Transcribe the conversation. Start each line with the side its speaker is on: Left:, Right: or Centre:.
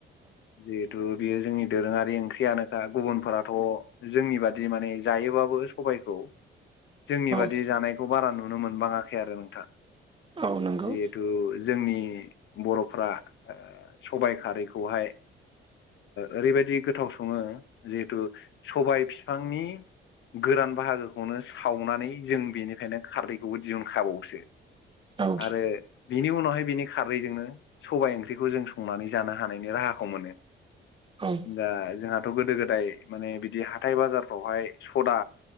Left: जिहेथु बेयो जोंनि दोरोङारि ओंख्रियानोखा। गुबुनफोराथ' जोंनि बादि माने जायोबाबो सबायखौ जोंनि
Right: औ
Left: बादि जानायखौ बारा नुनो मोनबाङाखै आरो नोंथां।
Right: औ नंगौ
Left: जिहेथु जोंनि बर'फ्रा ओ सबाइ खारैखौहाय ओरैबायादि गोथाव सङो जिहेथु सबाय फिफांनि गोरान बाहागोखौनो सावनानै जों बेनिफ्रायनो खारदैखौबो दिहुनखाबावसो।
Right: औ
Left: आरो बिनि उनावहाय बिनि खारैजोंनो सबाइ ओंख्रिखौ जों संनानै जानो हानायनि राहाखौ मोनो।
Right: औ
Left: दा जोंहाथ' गोदो गोदाय माने बिदि हाथाय बाजारफ्रावहाय सदा